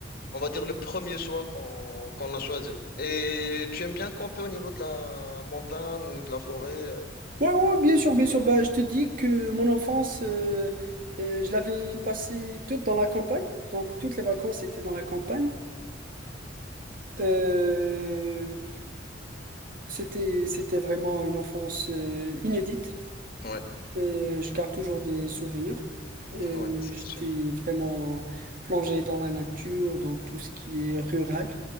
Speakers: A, on the left; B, on the right.
A: on va dire le premier choix qu'on qu'on a choisi. Et tu aimes bien camper au niveau de la montagne ou de la forêt? euh
B: Ouais, ouais, ouais, bien sûr, bien sûr. Bah, je te dis que mon enfance, euh, euh, je l'avais passée toute dans la campagne. Donc, toutes les vacances étaient dans la campagne. Euh, c'était, c'était vraiment une enfance euh, inédite.
A: Ouais,
B: Euh, je garde toujours des souvenirs. Euh,
A: ouais, c'est
B: j'étais
A: sûr.
B: vraiment plongé dans la nature, dans tout ce qui est rural.